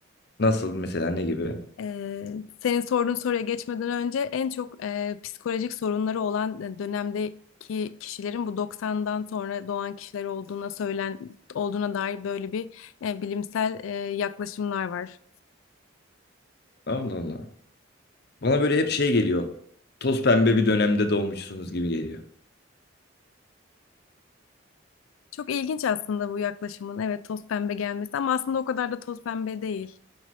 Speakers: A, on the left; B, on the left.
A: Nasıldı mesela ne gibi?
B: Ee, senin sorduğun soruya geçmeden önce en çok e, psikolojik sorunları olan e, dönemdeki kişilerin bu 90'dan sonra doğan kişiler olduğuna söylen olduğuna dair böyle bir e, bilimsel e, yaklaşımlar var.
A: Allah Allah. Bana böyle hep şey geliyor. Toz pembe bir dönemde doğmuşsunuz gibi geliyor.
B: Çok ilginç aslında bu yaklaşımın evet toz pembe gelmesi ama aslında o kadar da toz pembe değil.